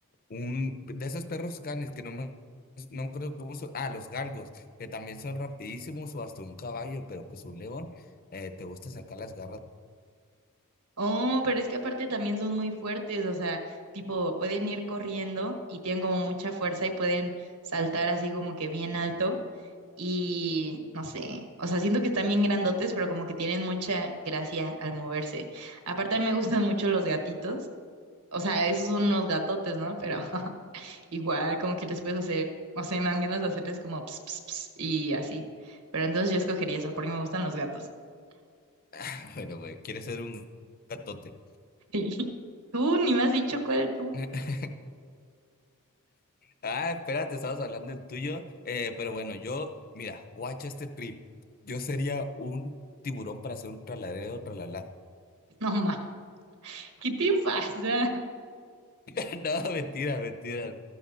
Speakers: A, on the left (about 40°); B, on the right (about 85°).
A: un de esos perros canes que no me, no me acuerdo cómo son. Ah, los galgos, que también son rapidísimos, o hasta un caballo, pero pues un león, eh, te gusta sacar las garras.
B: Oh, pero es que aparte también son muy fuertes, o sea, tipo, pueden ir corriendo y tienen como mucha fuerza y pueden saltar así como que bien alto. Y no sé, o sea, siento que están bien grandotes, pero como que tienen mucha gracia al moverse. Aparte, me gustan mucho los gatitos. O sea, esos son unos gatotes, ¿no? Pero <laughs> igual, como que les puedes hacer, o sea, me dan ganas de hacerles como ps, ps, ps, y así. Pero entonces yo escogería eso, porque me gustan los gatos. <laughs>
A: <laughs> Bueno, pues, quieres ser un gatote.
B: Sí. Tú ni me has dicho cuál tú.
A: <laughs> Ah, espérate, estabas hablando del tuyo. Eh, pero bueno, yo, mira, guacha este trip. Yo sería un tiburón para hacer un tralalero, tralala.
B: No, ma, ¿qué te pasa? <laughs>
A: <laughs> No, mentira, mentira.